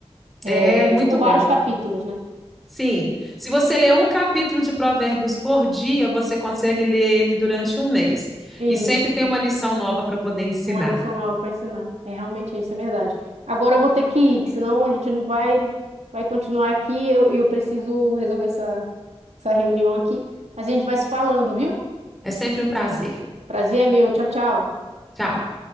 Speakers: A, on the right; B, in the centre.
A: É,
B: É muito
A: tipo, vários
B: bom.
A: capítulos, né?
B: Sim, se você ler um capítulo de Provérbios por dia, você consegue ler ele durante um mês.
A: Isso.
B: E sempre tem uma lição nova para poder ensinar.
A: Uma lição nova para ensinar. É realmente isso, é verdade. Agora eu vou ter que ir, que senão a gente não vai, vai continuar aqui e eu, eu preciso resolver essa, essa reunião aqui. Mas a gente vai se falando, viu?
B: É sempre um prazer.
A: Prazer é meu. Tchau, tchau.
B: Tchau.